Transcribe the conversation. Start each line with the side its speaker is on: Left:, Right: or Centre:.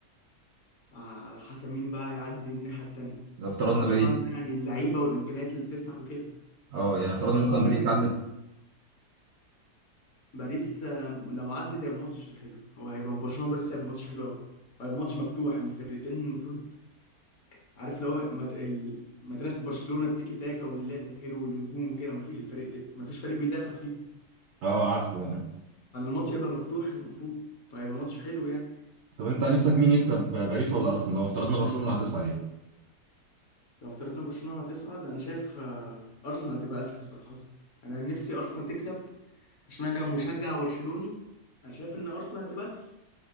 Left: آه، على حسب مين بقى يعدي الناحيه التانيه
Right: لو افترضنا
Left: بس برشلونه
Right: صعب باريس
Left: عندها يعني اللعيبه والامكانيات اللي تسمح بكده
Right: اه يعني افترضنا صعب مثلا
Left: اعتقد
Right: باريس جدا عدت
Left: باريس آم، لو عدت هيبقى ماتش حلو هو هيبقى برشلونه باريس هيبقى ماتش حلو قوي هيبقى ماتش مفتوح يعني الفرقتين المفروض عارف لو مت- ال- مدرسة برشلونة التيكي تاكا واللعب الحلو والهجوم وكده ما في الفريق ت- ما فيش فريق بيدافع فيهم
Right: اه عارفه ده
Left: كان الماتش هيبقى مفتوح المفروض فهيبقى ماتش حلو يعني
Right: طب انت نفسك مين يكسب باريس ولا ارسنال لو افترضنا برشلونة اللي هتصعد يعني
Left: لو افترضنا برشلونة هتصعد انا شايف آه، ارسنال هتبقى اسهل صراحة انا نفسي ارسنال تكسب عشان انا جا- مشجع برشلوني انا شايف ان ارسنال هتبقى اسهل